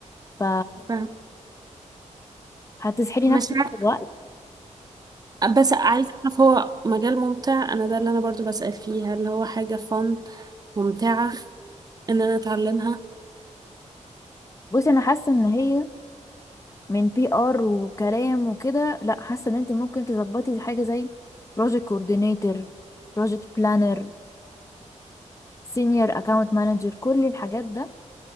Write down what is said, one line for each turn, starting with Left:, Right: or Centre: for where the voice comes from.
Left: ف
Right: فاهم
Left: هتسحلي
Right: مش
Left: نفسك
Right: عارفة
Left: في الوقت
Right: بس عايزة اعرف هو مجال ممتع انا ده اللي انا برضو بسأل فيه هل هو حاجة فن ممتعة ان انا اتعلمها
Left: بصي انا حاسه ان هي من بي ار وكلام وكده لا حاسه ان انت ممكن تظبطي حاجه زي بروجكت كوردينيتور بروجكت بلانر سينيور اكاونت مانجر كل الحاجات ده